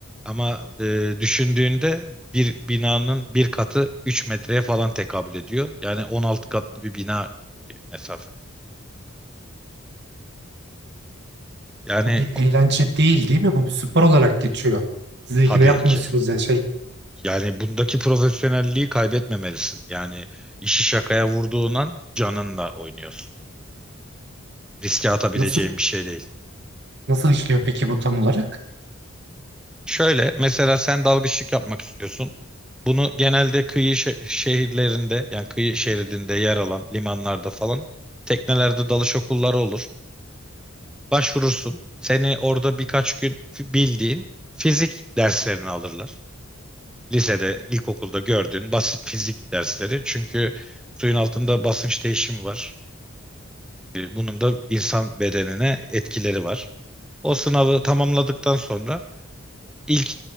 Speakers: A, in the centre; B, on the right.
A: Ama e, düşündüğünde bir binanın bir katı 3 metreye falan tekabül ediyor. Yani 16 katlı bir bina gibi bir mesafe. Yani
B: Bu bir
A: ku-
B: eğlence değil değil mi? Bu bir spor olarak geçiyor. Siz ikine
A: tabii
B: yapmıyorsunuz
A: ki.
B: yani şey
A: Yani bundaki profesyonelliği kaybetmemelisin. Yani işi şakaya vurduğun an canınla oynuyorsun. riske atabileceğim
B: nasıl
A: bir şey değil.
B: nasıl işliyor peki bu tam olarak?
A: Şöyle mesela sen dalgıçlık yapmak istiyorsun. Bunu genelde kıyı şe- şehirlerinde yani kıyı şeridinde yer alan limanlarda falan teknelerde dalış okulları olur. Başvurursun. Seni orada birkaç gün f- bildiğin fizik derslerini alırlar. Lisede, ilkokulda gördüğün basit fizik dersleri. Çünkü suyun altında basınç değişimi var. E, Bunun da insan bedenine etkileri var. O sınavı tamamladıktan sonra İlk